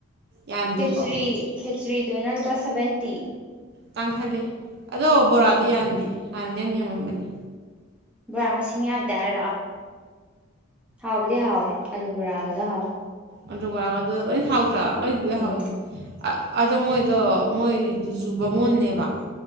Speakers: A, on the right (about 55°); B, in the centre.
A: ꯌꯥꯝꯗꯦꯀꯣ
B: ꯈꯦꯆꯔꯤ ꯈꯦꯆꯔꯤ ꯗꯨꯅ ꯂꯨꯄ ꯁꯚꯦꯟꯇꯤ
A: ꯇꯥꯡꯈꯠꯂꯤ ꯑꯗꯣ ꯕꯣꯔꯥꯗꯣ ꯌꯥꯟꯗꯦ ꯍꯥꯟꯅꯗꯤ ꯌꯥꯝ ꯌꯥꯝꯄꯝꯕꯅꯤ
B: ꯕꯣꯔꯥ ꯃꯁꯤꯡ ꯌꯥꯝꯗꯦ ꯍꯥꯏꯔꯥ ꯍꯥꯎꯕꯨꯗꯤ ꯍꯥꯎꯋꯦ ꯑꯜꯂꯨ ꯕꫭꯔꯒꯗꯥ ꯍꯥꯎꯋꯦ
A: ꯑꯂꯨ ꯕꫭꯔꯒꯗꫭ ꯂꫭꯏꯅ ꯇꯔ ꯂꯣꯏ ꯂꯣꯏꯍꯥꯎꯋꯦ
B: ꯎꯝ
A: ꯑ ꯑꯗꯣ ꯃꯣꯏꯗꯣ ꯃꯣꯏꯗꯨꯁꯨ ꯕꯥꯃꯣꯟꯅꯦꯕ